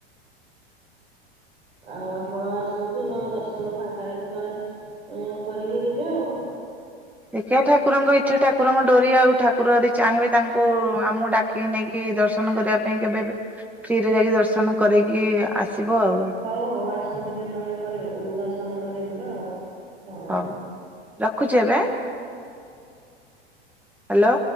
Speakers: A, on the right; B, in the centre.
A: ଆଉ ଆପଣ ଆସନ୍ତୁ ନହେଲେ ଦର୍ଶନ ଫାଙ୍କାରେ କେତେବେଳେ ଉଁ କରିକି ଯିବେ ଆଉ।
B: ଦେଖିଆ ଠାକୁରଙ୍କ ଇଚ୍ଛା ଠାକୁରଙ୍କ ଡୋରି ଆଉ ଠାକୁର ଅଦି ଚାହିଁବେ ତାଙ୍କୁ ଆମକୁ ଡା କି ନେଇକି ଦର୍ଶନ କରିବା ପାଇଁ କେବେ ଫ୍ରିରେ ଯାଇକି ଦର୍ଶନ କରେଇକି ଆସିବୁ ଆଉ।
A: ହୋଉ ହୋଉ ଆସନ୍ତୁ କେତେବେଳେ ପରେ ଦର୍ଶନ କରି ଯିବା ଆଉ। ହଉ।
B: ହୋଉ ରଖୁଚି ଏବେ ଆଁ ହ୍ୟାଲୋ